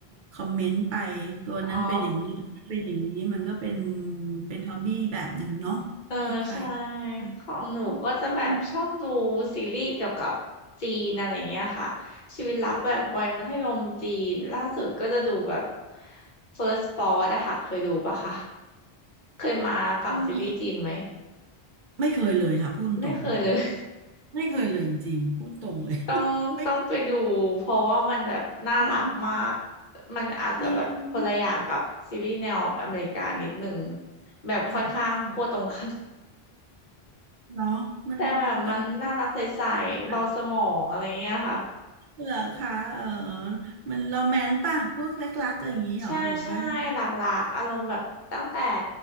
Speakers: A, on the right; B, on the left.
A: คอมเมนต์ไปตัวนั้นเป็นอย่างนี้ตัวนั้นเป็นอย่างนี้มันก็เป็น
B: อ๋อ
A: เป็นฮ็อบบี้แบบหนึ่งเนาะคล้ายๆกันเนาะอืม
B: เออใช่ ของหนูก็จะแบบชอบดูซีรีส์เกี่ยวกับจีนอะไรเงี้ยค่ะชีวิตรักแบบวัยมัธยมจีน ล่าสุดก็จะดูแบบ First Spot อะค่ะเคยดูปะคะ เคยมาฝั่งซีรีส์จีนไหม
A: อืมไม่เคยเลยค่ะพูดตรง
B: ไม่เคยเลย
A: ไม่เคยเลยจริงๆพูดตรงเลย <laughs>
B: ต้องต้องไปดูเพราะว่ามันแบบน่ารักมาก
A: ไม่อืม
B: มันอาจจะแบบคนละอย่างกับซีรีส์แนวอเมริกานิดหนึ่ง
A: จริง
B: แบบค่อนข้างขั้วตรงข้าม
A: ค่ะค่ะเนาะมันแต่มันก็
B: แต่แบบมันน่ารักใสๆเบาสมองอะไรเงี้ยค่ะ
A: น่าสนใจเหรอคะเออมันโรแมนต์ป่ะพวกเล็กรักอะไรอย่างนี้หรอหรือว่า
B: ใช่ใช่หลากหลากอารมณ์แบบตั้งแต่